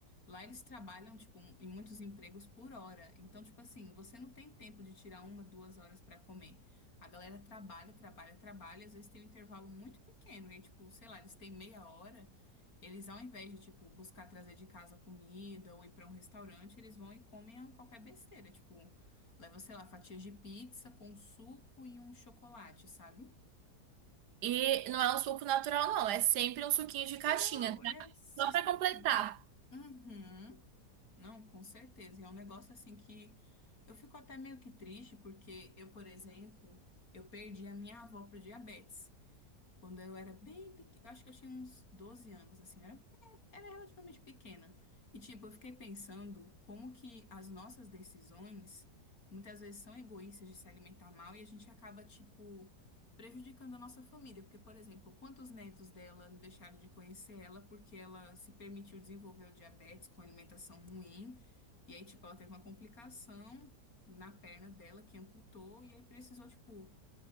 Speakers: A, on the left; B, on the right.
A: Lá eles trabalham, tipo, em muitos empregos por hora. Então, tipo assim, você não tem tempo de tirar uma, duas horas pra comer. A galera trabalha, trabalha, trabalha, às vezes tem um intervalo muito pequeno, e tipo, sei lá, eles têm meia hora. Eles, ao invés de, tipo, buscar trazer de casa comida ou ir pra um restaurante, eles vão e comem qualquer besteira, tipo. Leva, sei lá, fatias de pizza com suco e um chocolate, sabe?
B: E não é um suco natural, não, é sempre um suquinho de caixinha,
A: Plural,
B: tá?
A: é isso
B: Só pra completar.
A: aí. Uhum. Não, com certeza. E é um negócio assim que eu fico até meio que triste, porque eu, por exemplo, eu perdi a minha avó pro diabetes. Quando eu era bem pequena, acho que eu tinha uns 12 anos, assim, eu era, é, era relativamente pequena. E, tipo, eu fiquei pensando como que as nossas decisões muitas vezes são egoístas de se alimentar mal e a gente acaba, tipo, prejudicando a nossa família. Porque, por exemplo, quantos netos dela deixaram de conhecer ela porque ela se permitiu desenvolver o diabetes com alimentação ruim? E aí, tipo, ela teve uma complicação na perna dela que amputou e aí precisou, tipo